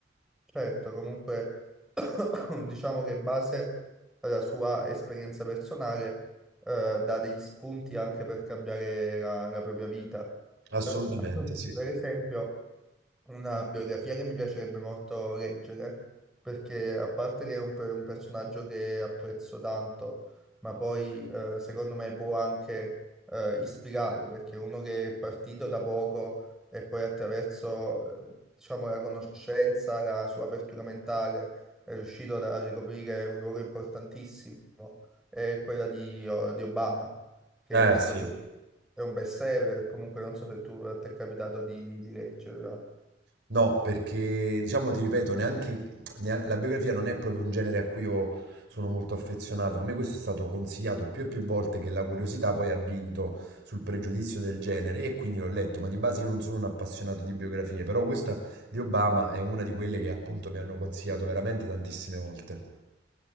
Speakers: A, in the centre; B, on the right.
A: Certo, comunque <coughs> <clears throat> diciamo che in base alla sua esperienza personale eh, dà degli spunti anche per cambiare la, la propria vita.
B: Assolutamente
A: Eh, <coughs> <clears throat>
B: sì.
A: per esempio, una biografia che mi piacerebbe molto leggere, perché a parte che è un, pe- un personaggio che apprezzo tanto, ma poi eh, secondo me può anche eh, ispirare, perché è uno che è partito da poco e poi attraverso eh, diciamo, la conoscenza, la sua apertura mentale, è riuscito a ricoprire un ruolo importantissimo, è quella di, oh, di Obama, che
B: Eh
A: so
B: sì.
A: che è un bestseller, comunque non so se tu a te è capitato di, di leggerla.
B: No, perché diciamo, ti ripeto, neanche nea- la biografia non è proprio un genere a cui io sono molto affezionato. A me questo è stato consigliato più e più volte che la curiosità poi ha vinto sul pregiudizio del genere e quindi l'ho letto, ma di base io non sono un appassionato di biografie, però questa di Obama è una di quelle che appunto mi hanno consigliato veramente tantissime volte.